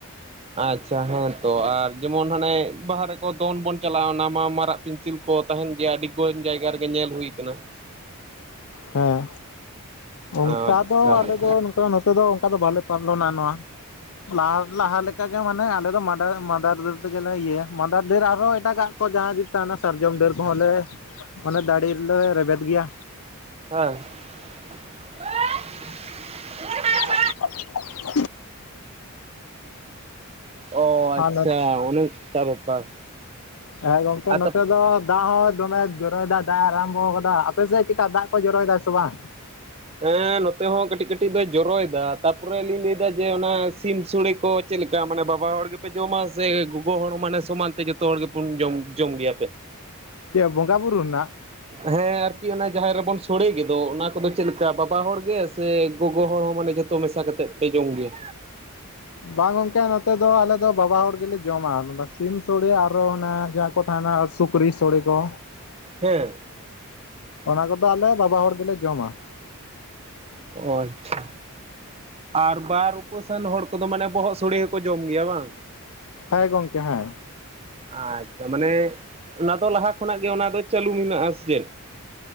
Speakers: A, on the right; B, on the left.
A: ᱟᱪᱪᱷᱟ ᱦᱮᱸ ᱛᱚ ᱟᱨ ᱡᱮᱢᱚᱱ ᱦᱟᱱᱮ ᱵᱟᱦᱟ ᱨᱮ ᱫᱚᱱ ᱵᱚᱱ ᱪᱟᱞᱟᱜᱼᱟ ᱚᱱᱟ ᱢᱟ ᱢᱟᱨᱟᱜ ᱯᱤᱱᱪᱤᱞ ᱠᱚ ᱛᱟᱦᱮᱱ ᱜᱮᱭᱟ ᱟᱹᱰᱤ ᱡᱟᱭᱜᱟ ᱨᱮᱜᱮ ᱧᱮᱞ ᱦᱩᱭ ᱠᱟᱱᱟ᱾
B: ᱦᱮᱸ
A: ᱟᱪᱪᱷᱟ
B: ᱚᱱᱠᱟ ᱫᱚ ᱟᱞᱮ
A: ᱦᱮᱸ
B: ᱫᱚ ᱱᱚᱝᱠᱟ ᱱᱚᱛᱮ ᱫᱚ ᱚᱱᱠᱟ ᱫᱚ ᱵᱟᱞᱮ ᱯᱟᱞᱚᱱᱟ ᱱᱚᱣᱟ᱾ ᱞᱟᱦᱟ ᱞᱟᱦᱟ ᱞᱮᱠᱟᱜᱮ ᱢᱟᱱᱮ ᱟᱞᱮ ᱫᱚ ᱢᱟᱫᱟᱨ-ᱢᱟᱫᱟᱨ ᱰᱟᱹᱨ ᱛᱮᱜᱮᱞᱮ ᱤᱭᱟᱹᱭᱟ, ᱢᱟᱫᱟᱨ ᱰᱟᱹᱨ ᱟᱨᱦᱚᱸ ᱮᱴᱟᱜᱟᱜ᱾ ᱚ ᱡᱟᱦᱟᱸ ᱡᱩᱛᱟ ᱦᱟᱱᱮ ᱛᱟᱦᱮᱱᱟ ᱥᱟᱨᱡᱚᱢ ᱰᱟᱹᱨ ᱠᱚᱦᱚᱸᱞᱮ ᱚᱱᱮ ᱫᱟᱲᱦᱤ ᱨᱮᱞᱮ ᱨᱮᱵᱮᱫ ᱜᱮᱭᱟ᱾
A: <unintelligible>
B: <inaudible>
A: ᱚ ᱟᱪᱪᱷᱟ
B: ᱟᱨ
A: ᱚᱱᱮ ᱚᱱᱠᱟ ᱵᱮᱯᱟᱨ᱾
B: ᱦᱮᱸ ᱜᱚᱝᱠᱮ
A: ᱟᱨ ᱛᱟ
B: ᱱᱚᱛᱮ ᱫᱚ ᱫᱟᱜ ᱦᱚᱸ ᱫᱚᱢᱮ ᱡᱚᱨᱚᱭ ᱫᱟ ᱫᱟᱜ ᱮ ᱟᱨᱟᱢᱵᱚ ᱠᱟᱫᱟ ᱾ᱟᱯᱮ ᱥᱮᱫ ᱪᱮᱠᱟ ᱫᱟᱜ ᱠᱚ ᱡᱚᱨᱚᱭ ᱫᱟᱭ ᱥᱮ ᱵᱟᱝ?
A: ᱦᱮᱸ ᱱᱚᱛᱮ ᱦᱚᱸ ᱠᱟᱹᱴᱤᱡ ᱠᱟᱹᱴᱤᱡ ᱫᱚᱭ ᱡᱚᱨᱚᱭ ᱫᱟ, ᱛᱟᱨᱯᱚᱨᱮ ᱞᱤᱧ ᱞᱟᱹᱭᱫᱟ ᱡᱮ ᱚᱱᱟ ᱥᱤᱢ ᱥᱳᱲᱮ ᱠᱚ ᱪᱮᱫ ᱞᱮᱠᱟ ᱢᱟᱱᱮ ᱵᱟᱵᱟ ᱦᱚᱲ ᱜᱮᱯᱮ ᱡᱚᱢᱟ ᱥᱮ ᱜᱚᱜᱚ ᱦᱚᱲ ᱢᱟᱱᱮ ᱥᱚᱢᱟᱱ ᱛᱮ ᱡᱚᱛᱚ ᱦᱚᱲ ᱜᱮᱵᱚᱱ ᱡᱚᱢ-ᱡᱚᱢ ᱜᱮᱭᱟ?
B: ᱪᱮᱫ ᱵᱚᱸᱜᱟ ᱵᱩᱨᱩ ᱨᱮᱱᱟᱜ?
A: ᱦᱮᱸ ᱟᱨᱠᱤ ᱚᱱᱟ ᱡᱟᱦᱮᱨ ᱨᱮᱵᱚᱱ ᱥᱳᱲᱮ ᱜᱮᱫᱚ ᱚᱱᱟ ᱠᱚᱫᱚ ᱪᱮᱫ ᱞᱮᱠᱟ ᱵᱟᱵᱟ ᱦᱚᱲ ᱜᱮ ᱥᱮ ᱜᱚᱜᱚ ᱦᱚᱲ ᱦᱚᱸ ᱢᱟᱱᱮ ᱡᱷᱚᱛᱚ ᱢᱮᱥᱟ ᱠᱟᱛᱮᱫ ᱯᱮ ᱡᱚᱢ ᱜᱮᱭᱟ?
B: ᱵᱟᱝ ᱜᱚᱝᱠᱮ ᱱᱚᱛᱮ ᱫᱚ ᱟᱞᱮ ᱫᱚ ᱵᱟᱵᱟ ᱦᱚᱲ ᱜᱮᱞᱮ ᱡᱚᱢᱟ, ᱥᱤᱢ ᱥᱳᱲᱮ ᱟᱨᱚ ᱚᱱᱟ ᱠᱚ ᱛᱟᱦᱮᱱᱟ ᱥᱩᱠᱨᱤ ᱥᱳᱲᱮ ᱠᱚ᱾
A: ᱦᱮᱸ᱾
B: ᱚᱱᱟ ᱠᱚᱫᱚ ᱟᱞᱮ ᱵᱟᱵᱟ ᱦᱚᱲ ᱜᱮᱞᱮ ᱡᱚᱢᱟ᱾
A: ᱚ ᱟᱪᱪᱷᱟ ᱟᱨ ᱵᱟᱨ ᱩᱯᱟᱹᱥᱟᱱ ᱦᱚᱲ ᱠᱚᱫᱚ ᱢᱟᱱᱮ ᱵᱚᱦᱚᱜ ᱥᱳᱲᱮ ᱦᱚᱸᱠᱚ ᱡᱚᱢ ᱜᱮᱭᱟ ᱵᱟᱝ?
B: ᱦᱮᱸ ᱜᱚᱝᱠᱮ ᱦᱮᱸ
A: ᱟᱪᱪᱷᱟ ᱢᱟᱱᱮ ᱚᱱᱟ ᱫᱚ ᱞᱟᱦᱟ ᱠᱷᱚᱱᱟᱜ ᱜᱮ ᱚᱱᱟ ᱫᱚ ᱪᱟᱹᱞᱩ ᱢᱮᱱᱟᱜᱼᱟ ᱥᱮ ᱪᱮᱫ?